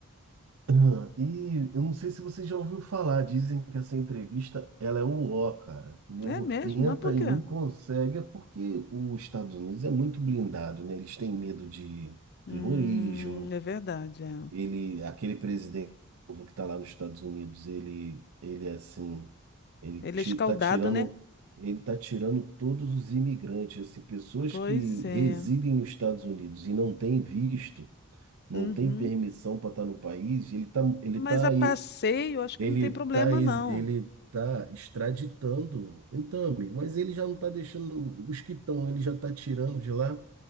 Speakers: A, on the right; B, on the left.
A: <clears throat> E eu não sei se você já ouviu falar, dizem que essa entrevista, ela é o ó, cara. O nego
B: É mesmo?
A: tenta
B: Mas por
A: e
B: quê?
A: não consegue, é porque os Estados Unidos é muito blindado, né? Eles têm medo de
B: Hum,
A: terrorismo.
B: é verdade. é.
A: Ele, aquele presidente novo que está lá nos Estados Unidos, ele, ele é assim ele
B: Ele
A: ti-
B: é escaldado,
A: tá tirando,
B: né?
A: ele tá tirando todos os imigrantes, assim, pessoas
B: Pois
A: que residem
B: é.
A: nos Estados Unidos e não têm visto, não
B: Uhum.
A: têm permissão para estar no país, ele tá, ele
B: Mas
A: tá,
B: a
A: aí-
B: passeio, acho
A: ele
B: que não tem problema,
A: tá, ex-
B: não.
A: ele tá extraditando. Então, amigo, mas ele já não tá deixando os que estão, ele já tá tirando de lá.